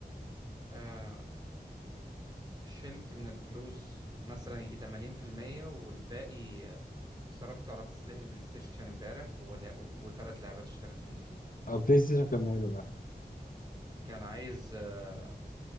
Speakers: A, on the right; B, on the left.
A: آه شلت من الفلوس مثلا يجي 80% والباقي آه، صرفته على تصليح البلاي ستيشن امبارح ولا و- وثلاث لعبات اشتريتهم دي
B: او بلاي ستيشن كمله بقى
A: كان عايز آه،